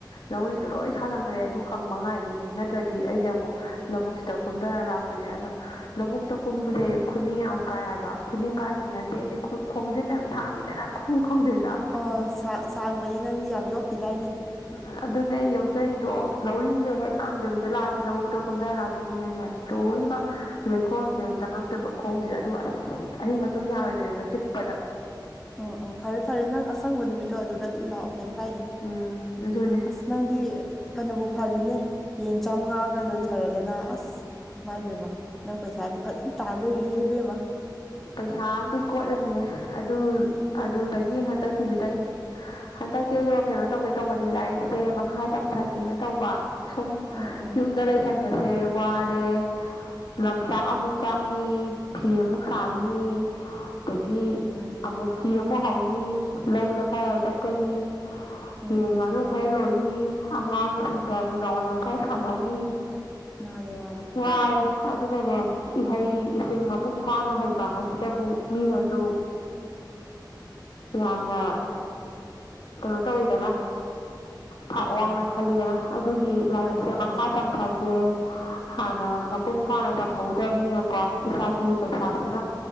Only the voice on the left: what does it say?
ꯂꯧꯔꯤꯗꯣ ꯂꯣꯏ ꯁꯥꯖꯤꯟꯈ꯭ꯔꯦ ꯑꯗꯨ ꯀꯪꯕ ꯉꯥꯏꯗꯨꯅꯤ ꯅꯠꯇ꯭ꯔꯗꯤ ꯑꯩꯁꯦ ꯑꯃꯨꯛ ꯂꯧꯕꯨꯛꯁꯤꯗ ꯀꯨꯝꯊꯔ ꯂꯥꯛ ꯇꯣꯏꯅꯦ ꯑꯗꯣ ꯂꯧꯕꯨꯛꯇ ꯀꯨꯝꯕꯁꯦ ꯈꯨꯅꯤꯡ ꯌꯥꯝ ꯀꯥꯏ ꯍꯥꯏꯕ ꯈꯨꯅꯤꯡ ꯀꯥꯏꯕꯗ ꯅꯠꯇꯦ ꯑꯩꯗꯤ ꯈꯣꯡꯖꯤꯟꯗꯣ ꯌꯥꯝ ꯁꯥꯡꯉꯤꯗꯅ ꯈꯨꯟ ꯈꯣꯡꯖꯤꯟꯗ
ꯎꯝ ꯑꯗꯨꯅꯦ ꯑꯩꯅ ꯌꯣꯛꯆꯔꯤꯗꯣ ꯂꯧꯔꯤꯁꯦ ꯍꯦꯛ ꯇꯥ꯫ꯀꯪꯗꯕꯤꯗ ꯂꯥꯛꯑꯗꯤ ꯂꯧꯕꯨꯛꯇ ꯀꯝꯗꯥ ꯂꯥꯛꯇꯣꯏꯅꯤꯅꯅꯦ ꯂꯣꯏꯅꯃꯛ ꯂꯩꯈꯣꯝꯁꯦ ꯆꯪꯉꯛꯇꯣꯏꯕ ꯈꯣꯡꯁꯤꯗꯦ ꯑꯗꯨꯒ ꯑꯁ ꯑꯍꯤꯡ ꯇꯨꯝ ꯌꯥꯔꯣꯏꯗꯣꯔꯤꯕ ꯆꯤꯛꯄꯗ
ꯎꯝ ꯑꯗꯨꯅꯦ
ꯄꯩꯁꯥ ꯑꯃꯗꯤꯝ ꯀꯣꯠꯂꯅꯤꯌꯦ ꯑꯗꯨ
ꯑꯗꯨꯗꯒꯤ ꯍꯟꯗꯛꯀꯤꯁꯤ ꯇꯒꯤ ꯍꯟꯗꯛꯇꯤ ꯑꯩꯗꯣ ꯀꯩꯅꯣ ꯇꯧꯒꯦ ꯇꯧꯕꯅꯦ ꯂꯥꯏꯔꯤꯛꯁꯦ ꯃꯈꯥ ꯇꯝꯊꯒꯦꯅ ꯇꯧꯕ ꯁꯨꯝ
ꯌꯨꯝꯗ ꯂꯩ ꯁꯟꯕꯁꯦ ꯋꯥꯔꯦ ꯂꯪ ꯆꯥꯛ ꯑꯃꯨꯠ ꯆꯥꯛꯅꯤ ꯐꯤ ꯑꯃꯨꯛ ꯁꯥꯥꯅꯤ ꯗꯒꯤ
ꯑꯃꯨꯛ ꯐꯤ ꯑꯃꯨꯛ ꯍꯧꯅꯤ ꯂꯧꯗ ꯈꯔ ꯆꯠꯀꯅꯤ
ꯌꯦꯟ
ꯉꯥꯅꯨ ꯈꯔ ꯂꯣꯏꯅꯤ ꯑꯉꯥꯡꯁꯤꯡꯒ
ꯅꯨꯡꯗꯥꯡ ꯋꯥꯏꯔꯝ ꯈꯔ ꯁꯥꯅꯅꯤ
ꯋꯥꯔꯦ ꯑꯗꯨꯅꯅꯦ ꯏꯍꯩ ꯏꯁꯤꯡ ꯃꯄꯨꯡ ꯐꯅ ꯍꯩꯕ ꯍꯥꯏꯁꯤꯗꯕꯨ ꯃꯤꯅꯁꯨ ꯌꯥꯝꯅ ꯀꯩꯅꯣ ꯇꯧꯋꯤꯗꯅ ꯊꯥꯛ
ꯋꯥꯡꯅ
ꯈꯜꯂꯤꯗꯅ ꯑꯗꯨꯒꯤ ꯂꯥꯏꯔꯤꯛꯁꯦ
ꯃꯈꯥ ꯇꯝꯊꯒꯦ ꯍꯥꯟꯅ ꯃꯄꯨꯡ ꯐꯥꯅ ꯇꯝꯍꯧꯗ꯭ꯔꯕꯅꯤꯅꯀꯣ ꯏꯁꯥꯒꯤ ꯄꯩꯁꯥꯁꯤꯅ